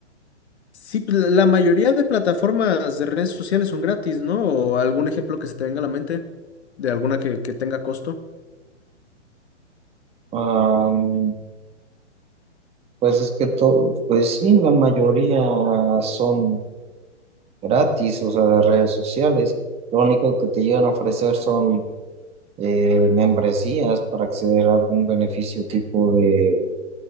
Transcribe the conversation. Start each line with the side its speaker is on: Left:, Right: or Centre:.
Left: Sí, pues, la la mayoría de plataformas de redes sociales son gratis, ¿no? ¿O algún ejemplo que se te venga a la mente de alguna que, que tenga costo?
Right: Am, pues es que todo, pues sí, la mayoría son gratis, o sea, de redes sociales. Lo único que te llegan a ofrecer son eh, membresías para acceder a algún beneficio tipo de